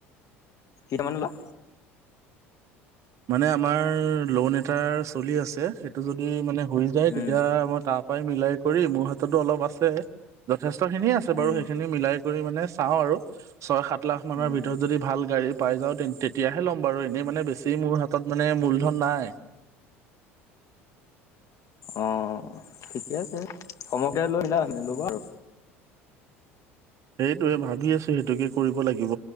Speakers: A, on the left; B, on the right.
A: কেইটামান লোৱা।
B: মানে আমাৰ লোন এটাৰ চলি আছে সেইটো যদি মানে। হৈ যায়
A: উম
B: তেতিয়া মই তাৰ পৰাই মিলাই কৰি মোৰ হাততো অলপ আছে যথেষ্ট। খিনি আছে বাৰু
A: উম
B: সেইখিনি মিলাই কৰি মানে চাও আৰু ছয় সাত লাখৰ
A: উম
B: ভিতৰত যদি ভাল গাড়ী। পাই যাওঁ তেতিয়াহে ল'ম বাও এনেই মানে বেছি। সেই মোৰ হাতত মানে মূলধন নাই।
A: অঁ ঠিকে আছে সমকৈ লৈ মিল ল'ব আৰু।
B: সেইটোৱে ভাবি আছো সেইটোকে কৰিব লাগিব